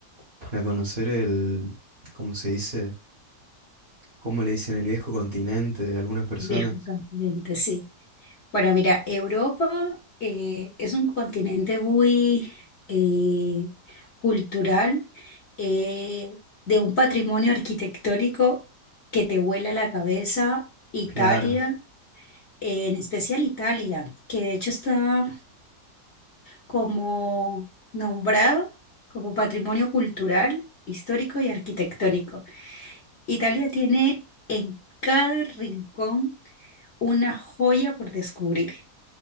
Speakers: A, on the right; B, on the left.
A: para conocer el, ¿cómo se dice? ¿Cómo le dicen el viejo continente de algunas
B: <laughs>
A: personas?
B: Viejo continente, sí. Bueno, mira, Europa eh, es un continente muy eh, cultural, eh, de un patrimonio arquitectónico que te vuela la cabeza. Italia,
A: Claro.
B: eh, en especial Italia, que de hecho está como nombrado como patrimonio cultural, histórico y arquitectónico. Italia tiene en cada rincón una joya por descubrir.